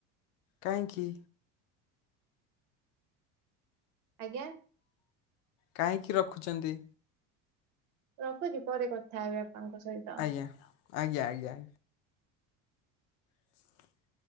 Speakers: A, on the left; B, on the right.
A: କାଇଁହିଙ୍କି।
B: ଆଜ୍ଞା।
A: କାହିଁକି ରଖୁଛନ୍ତି?
B: ରଖୁଚି ପରେ କଥା ହେବି ଆପଣଙ୍କ ସହିତ।
A: ଆଜ୍ଞା ଆଜ୍ଞା ଆଜ୍ଞା ଆ <inaudible>